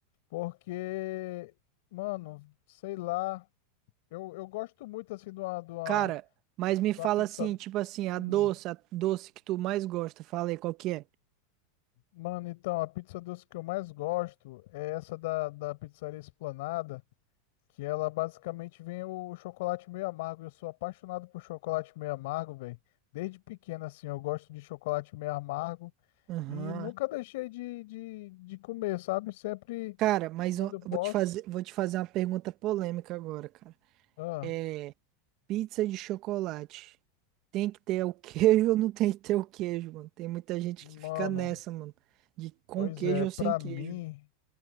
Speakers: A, on the left; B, on the right.
A: Porque, mano, sei lá, eu, eu gosto muito assim de uma, de uma,
B: Cara, mas me fala
A: de uma pizza.
B: assim, tipo assim, a
A: Hum,
B: doce, a doce que tu mais gosta. Fala aí, qual que é?
A: mano, então, a pizza doce que eu mais gosto é essa da, da pizzaria Esplanada. Que ela basicamente vem o chocolate meio amargo. Eu sou apaixonado por chocolate meio amargo, velho. Desde pequeno, assim, eu gosto de chocolate meio amargo
B: Aham.
A: e nunca deixei de, de, de comer, sabe? Sempre
B: Cara, mas
A: quando
B: eu
A: eu posso.
B: eu vou te fazer, vou te fazer uma pergunta polêmica agora, cara.
A: Ah,
B: É, Pizza de chocolate. Tem que ter o <laughs> queijo ou não tem que ter o queijo, mano? Tem muita gente que fica
A: mano,
B: nessa, mano. De com
A: pois
B: queijo
A: é,
B: ou
A: pra
B: sem queijo.
A: mim,